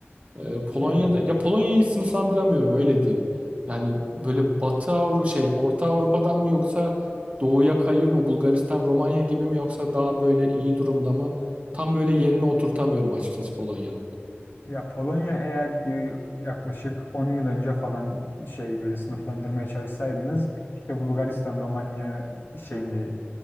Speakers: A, on the right (about 30°); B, on the left (about 55°).
A: Ee, Polonya'da
B: Yani
A: ya Polonya'yı sınıflandıramıyorum öyle diyeyim. Yani böyle Batı Avrupa şey Orta Avrupa'dan mı yoksa doğuya kayıyor mu Bulgaristan Romanya gibi mi yoksa daha böyle iyi durumda mı? Tam böyle yerine oturtamıyorum açıkçası Polonya'nın.
B: ya Polonya eğer bir yaklaşık 10 yıl önce falan şey böyle sınıflandırmaya çalışsaydınız işte Bulgaristan, Romanya şeyinde